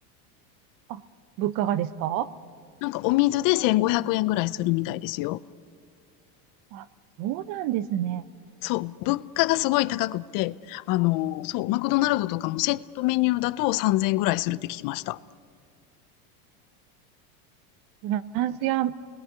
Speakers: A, on the right; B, on the left.
A: あ、物価がですか
B: なんかお水で1500円ぐらいするみたいですよ。
A: あ、そうなんですね。
B: そう、物価がすごい高くて、あのそう、マクドナルドとかもセットメニューだと3000円ぐらいするって聞きました。
A: フランスや、